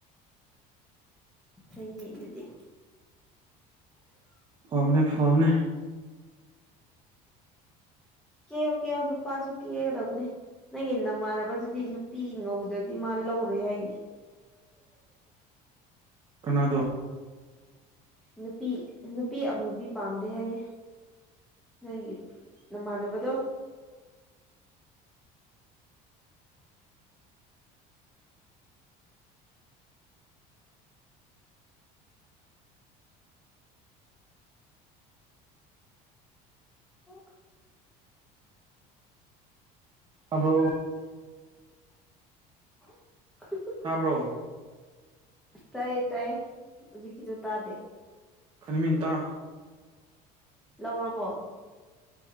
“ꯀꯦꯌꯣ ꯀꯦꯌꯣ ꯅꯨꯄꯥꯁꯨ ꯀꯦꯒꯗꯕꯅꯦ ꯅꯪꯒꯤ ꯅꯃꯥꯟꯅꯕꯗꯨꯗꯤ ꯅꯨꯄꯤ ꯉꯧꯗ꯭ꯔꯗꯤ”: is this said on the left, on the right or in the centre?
Centre